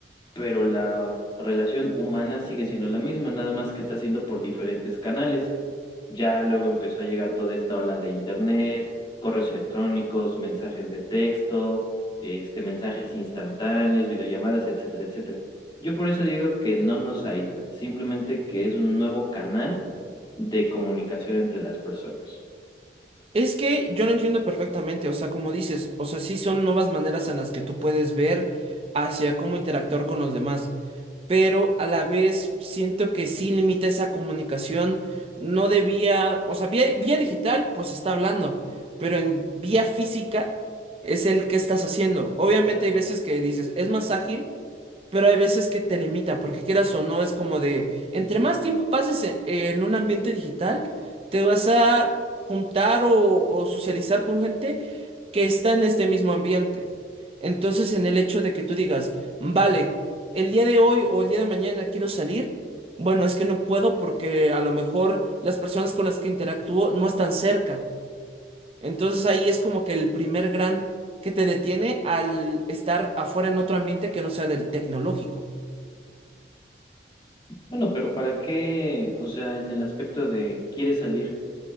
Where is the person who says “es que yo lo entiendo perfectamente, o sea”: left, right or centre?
Right